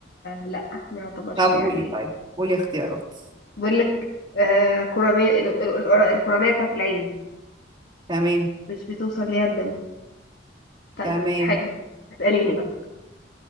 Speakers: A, on the left; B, on the right.
A: لأ ما يعتبرش
B: طب
A: يعني
B: قولي طيب قولي اختيارات
A: بقول لك آه كورانية ال- ال- ال- الكورانية بتاعت العين
B: تمام
A: مش بتوصل ليها الدم طيب
B: تمام
A: حلو اسأليني بقى